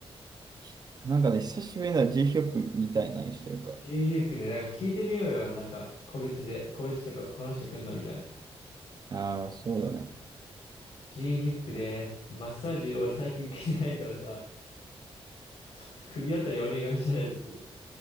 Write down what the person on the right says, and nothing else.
きなんかね、久しぶりだ、G ヒョクみたいなにしてるか。
ああ、そうだね。